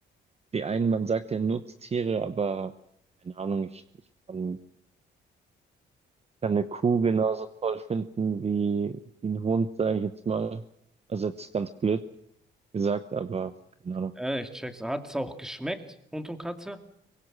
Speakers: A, on the right; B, in the centre.
A: Die einen, man sagt ja Nutztiere, aber keine Ahnung, ich, ich kann, kann eine Kuh genauso toll finden wie, wie ein Hund, sage ich jetzt mal. Also jetzt ganz blöd gesagt, aber keine Ahnung.
B: Äh, ich check's. Hat es auch geschmeckt? Hund und Katze?